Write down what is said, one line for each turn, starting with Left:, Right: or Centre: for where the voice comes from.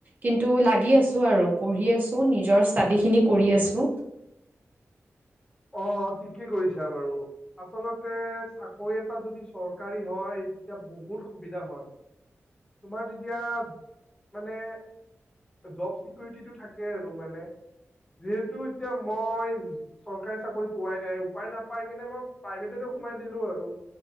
Right: কিন্তু, লাগি আছো আৰু। পঢ়ি আছো, নিজৰ ষ্টাডিখিনি কৰি আছো।
Left: অ' ঠিকেই কৰিছা বাৰু। আচলতে চাকৰি এটা যদি চৰকাৰী হয়, তেতিয়া বহুত সুবিধা হয়। তোমাৰ তেতিয়া, মানে- জব চিকিউৰিটিটো থাকে আৰু মানে। যিহেতু এতিয়া মই- চৰকাৰী চাকৰি পোৱাই নাই। উপায় নাপাই কিনে মই প্ৰাইভেটতে সোমাই দিলো আৰু।